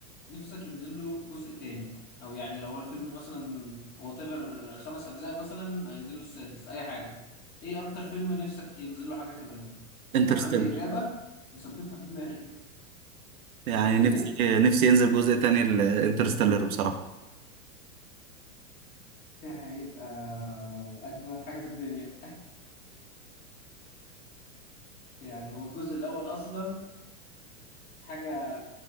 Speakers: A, on the left; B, on the right.
A: نفسك ينزل له جزء تاني او يعني لو هو الفيلم مثلا وات ايفر خمس اجزاء مثلا هينزل له السادس اي حاجه ايه اكتر فيلم نفسك ينزل له حاجه كمان
B: انترستيلر
A: انا عندي اجابه مثبتها في دماغي
B: يعني
A: انت ايه
B: نفسي نفسي ينزل جزء تاني لانترستيلر بصراحة
A: ده هيبقى اجمل حاجه في الدنيا <laughs> يعني هو الجزء الاول اصلا حاجه